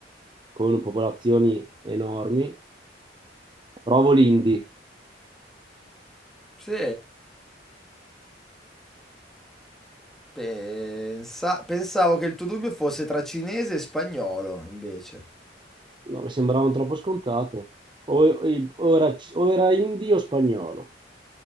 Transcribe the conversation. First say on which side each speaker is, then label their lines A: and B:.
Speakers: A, on the right; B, in the centre.
A: con popolazioni enormi. Provo l'indi.
B: Sì, pensa- pensavo che il tuo dubbio fosse tra cinese e spagnolo, invece.
A: No, mi sembravano troppo scontate. O, o- o era, o era hindi o spagnolo.